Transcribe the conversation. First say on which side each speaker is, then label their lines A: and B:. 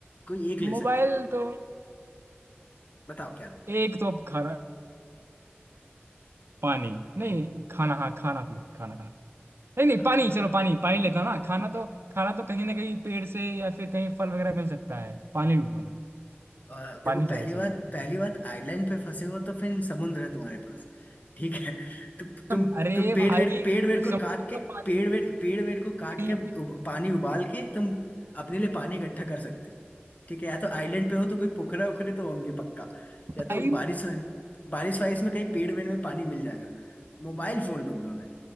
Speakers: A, on the left; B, on the right.
A: कोई एक ले
B: मोबाइल
A: सकते हो
B: तो
A: बताओ क्या
B: एक तो खाना पानी नहीं खाना हाँ खाना पीना खाना खाना नहीं नहीं
A: लोगे
B: पानी चलो पानी पानी लेता हूँ ना खाना तो खाना तो कहीं ना कहीं पेड़ से या फिर कहीं फल वगैरह मिल सकता है पानी लूंगा मैं
A: और देखो
B: पानी
A: पहली
B: ज्यादा सही
A: बात
B: है
A: पहली बात आइलैंड पे फंसे हो तो फिर समुद्र है तुम्हारे पास ठीक है <laughs> तो तुम
B: तुम अरे
A: तुम पेड़
B: भाई
A: वेड़ पेड़
B: तुम
A: वेड़ को
B: समझ
A: काट के
B: तो पानी
A: पेड़ वेड़ पेड़ वेड़ को काट
B: नहीं
A: के
B: पी
A: उब- पानी उबाल के तुम अपने लिए पानी इकट्ठा कर सकते हो ठीक है या तो आइलैंड पे हो तो कोई पोखरा ओखरे तो होंगे पक्का या तो
B: भाई
A: बारिश बारिश वारिश में कहीं पेड़ वेड़ में पानी मिल जाएगा मोबाइल फोन लूंगा मैं